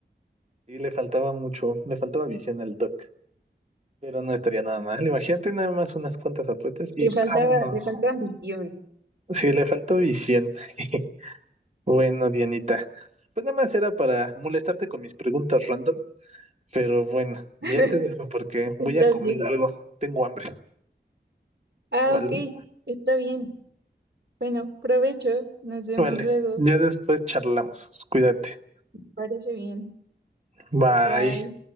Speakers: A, on the right (about 35°); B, on the right (about 70°).
A: Y le faltaba mucho, le faltaba visión al Doc. Pero no estaría nada mal. Imagínate nada más unas cuantas apuestas y
B: Le faltaba,
A: vámonos.
B: le faltaba visión.
A: Sí, le faltó visión. <laughs> Bueno, Dianita. Pues nada más era para molestarte con mis preguntas random. Pero bueno, ya
B: <laughs>
A: te dejo porque
B: Está
A: voy a comer
B: bien.
A: algo. Tengo hambre.
B: Ah,
A: Vale,
B: ok, está bien. Bueno, provecho. Nos vemos
A: vale.
B: luego.
A: Ya después charlamos. Cuídate.
B: Parece bien.
A: Bye.
B: Bye.